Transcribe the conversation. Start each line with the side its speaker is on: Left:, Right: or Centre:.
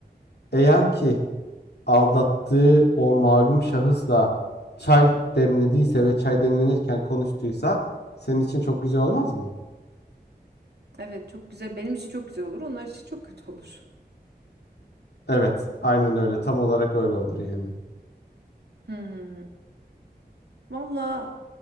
Left: eğer ki aldattığı o malum şahısla çay demlediyse ve çay demlenirken konuştuysa senin için çok güzel olmaz mı?
Right: Evet çok güzel. Benim için çok güzel olur. Onlar için çok kötü olur.
Left: Evet, aynen öyle. Tam olarak öyle olur yani.
Right: Hmm. Valla